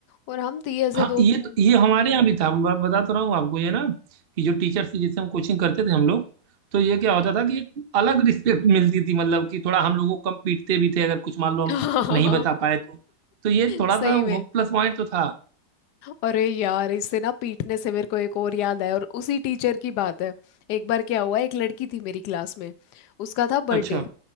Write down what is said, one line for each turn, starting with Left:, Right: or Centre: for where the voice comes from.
Left: और हम थी ऐसे
Right: हाँ
Left: दो
Right: ये
Left: तीन
Right: तो ये हमारे यहाँ भी था मैं बता तो रहा हूँ आपको ये ना कि जो टीचर से जिससे हम कोचिंग करते थे हम लोग तो ये क्या होता था कि एक अलग रिस्पेक्ट मिलती थी मतलब कि थोड़ा हम लोगों को कम पीटते भी थे अगर कुछ मान लो
Left: <laughs>
Right: हम नहीं बता पाए तो तो ये थोड़ा
Left: सही
Right: सा वो
Left: में
Right: प्लस पॉइंट तो था
Left: अरे यार इससे ना पीटने से मेरे को एक और याद आया और उसी टीचर की बात है एक बार क्या हुआ एक लड़की थी मेरी क्लास में उसका था बर्थडे
Right: अच्छा